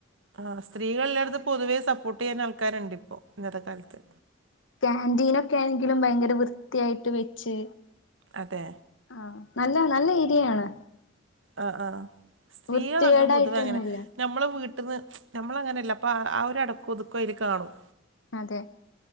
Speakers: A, on the right (about 70°); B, on the left (about 70°).
A: ആ സ്ത്രീകൾ എല്ലാട്ത്തും പൊതുവേ സപ്പോട്ട് ചെയ്യാൻ ആൾക്കാര്ണ്ട് ഇപ്പോ ഇന്നത്തെ കാൽത്ത്
B: ക്യാൻന്റീനൊക്കെ ആണെങ്കിലും ഭയങ്കര വൃത്തിയായിട്ട് വെച്ച്
A: അതെ
B: ആ നല്ല നല്ല ഏരിയാണ്
A: ആ ആ സ്ത്രീകൾളട്ത്ത്
B: വൃത്തികേടായിട്ടൊന്നുല്ല
A: പൊതുവെ അങ്ങനെ നമ്മളെ വീട്ട്ന്ന് നമ്മള് അങ്ങനെല്ല അപ്പ ആ ഒരു അടക്കു ഒതുക്കും അയ്ല് കാണും
B: അതെ